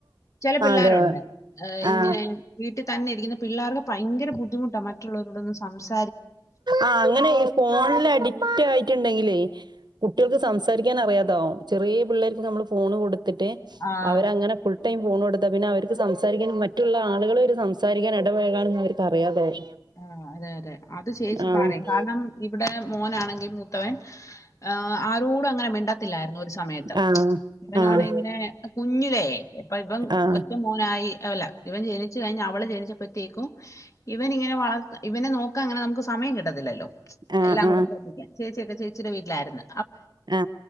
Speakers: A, on the left; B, on the right.
A: ചില പിള്ളേരുണ്ട്
B: അതെ ആഹ്
A: ഇങ്ങനെ വീട്ടിൽ തന്നെയിരി ക്കുന്നപിള്ളേർടെഭയങ്കര ബുദ്ധിമുട്ടാണ് മറ്റുള്ളവരൊടൊന്ന് സംസാ
B: ആ അങ്ങനെ ഫോണിൽ അഡിക്റ്റ് ആയിട്ടുണ്ടെങ്കിലേ കുട്ടികൾക്ക് സംസാരിക്കാൻ അറിയാതാവും ചെറിയ പിള്ളേർക്ക് നമ്മൾ ഫോൺ കൊടുത്ത് കൊട്ത്തിട്ട്അവരങ്ങനെ
A: ആഹ്
B: ഫുൾടൈം ഫോണ്എ- പിന്നെ അവർക്ക് സംസാരിക്കാൻ മറ്റുള്ള ആളുകൾ അവര് സംസാരിക്കാൻ ഇടപഴകാ അവർക്ക്റിയാതാവും
A: ആഹ് അതെ അതെ- അതചേച്ചിപറയും
B: ആഹ്
A: കാരണം ഇവിടെ- മോനാണെങ്കി മൂത്തവൻ ഹ് ആരോടും അങ്ങനെ മിണ്ടത്തില്ലായിരുന്നു ഒരു സമയത്ത്
B: ആഹ്
A: ഇവനാണ
B: ആഹ്
A: ഇങ്ങനെ കുഞ്ഞിലേ ഇപ്പൊ ഇവൻ
B: ആഹ്
A: ഒറ്റ മോനായി അവല്ല ഇവൻ ജനിച്ചു കഴിഞ്ഞ് അവള് ജനിച്ചപ്പത്തേക്കും ഇവനിങ്ങനെ നെ വളർത്ത ഇവനെ നോക്കാ അങ്ങനെ നമുക്ക് സമയംകിട്ടത്തില്ലല്ലോ
B: ആഹ്
A: എല്ലാം കൂടെ ശ്രദ്ധിക്കാൻ ചേച്ചിയൊക്കെ ചേച്ചിടെ വീട്ടിലാരുന്നു
B: ആ